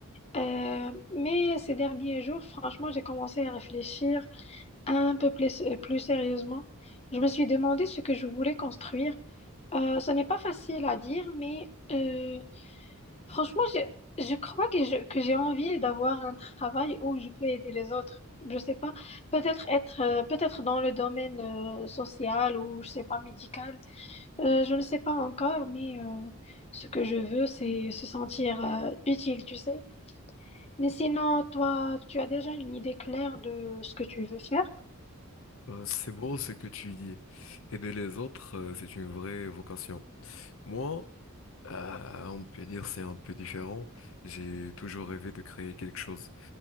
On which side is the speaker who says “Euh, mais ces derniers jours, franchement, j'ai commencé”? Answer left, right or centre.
Left